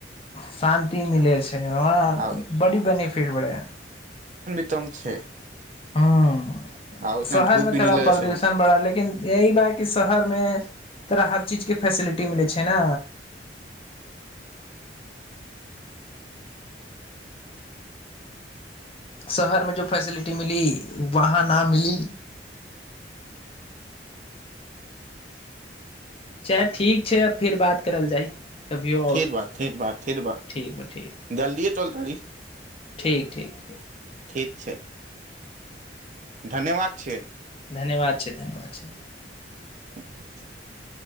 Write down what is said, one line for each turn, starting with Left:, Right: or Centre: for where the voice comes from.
Left: शान्ति मिलै छै वाँ
Right: आ
Left: बड़ी बेनिफिट बड़ै
Right: उत्तम छै
Left: हँ
Right: आ उतना
Left: शहर
Right: धूप
Left: मे
Right: भी
Left: थोड़ा
Right: नहि लगै
Left: प्रदूषण
Right: छै
Left: बड़ा लेकिन यी बात कि शहरमे तोरा हर चीजके फैसिलिटी मिलै छै ने शहरमे जो फैसिलिटी मिली वहाँ न मिली च ठीक छै फिर बात करल जाय कभियो आओर
Right: फर बात फर बात फिर बात
Left: ठीक बा ठीक
Right: जलदिय चलत दी
Left: ठीक ठीक
Right: ठीक छै धन्यवाद छिय
Left: धन्यवाद छै धन्यवाद छै
Right: त